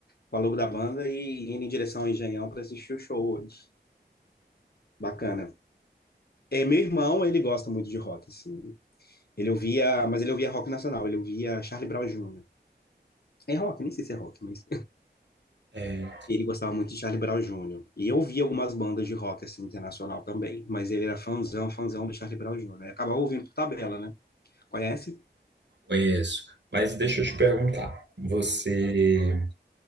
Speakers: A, on the left (about 60°); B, on the right (about 80°).
A: Com a logo da banda e indo em direção ao Engenhão para assistir o show hoje. Bacana. É, meu irmão, ele gosta muito de rock, assim. Ele ouvia, mas ele ouvia rock nacional, ele ouvia Charlie Brown Jr. É rock, nem sei se é rock, mas
B: é,
A: Ele gostava muito de Charlie Brown Júnior E eu ouvia algumas bandas de rock assim internacional também, mas ele era fãzão, fãzão do Charlie Brown Júnior. E acabava ouvindo por tabela, né? Conhece?
B: conheço. Mas deixa eu te perguntar, você,